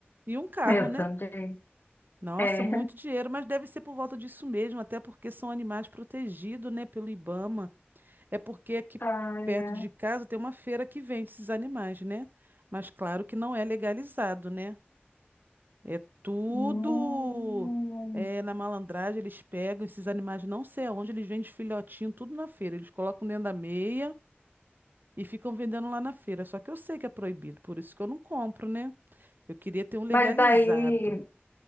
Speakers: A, on the right (about 50°); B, on the left (about 60°).
A: e um carro,
B: Eu
A: né?
B: também.
A: Nossa,
B: É.
A: muito dinheiro, mas deve ser por volta disso mesmo, até porque são animais protegidos, né, pelo IBAMA. É porque aqui
B: Ai,
A: perto
B: é.
A: de casa tem uma feira que vende esses animais, né? Mas claro que não é legalizado, né? É tudo
B: Hum.
A: é, na malandragem, eles pegam esses animais, não sei aonde, eles vendem filhotinho, tudo na feira. Eles colocam dentro da meia e ficam vendendo lá na feira. Só que eu sei que é proibido, por isso que eu não compro, né? Eu queria ter um legalizado.
B: Mas daí,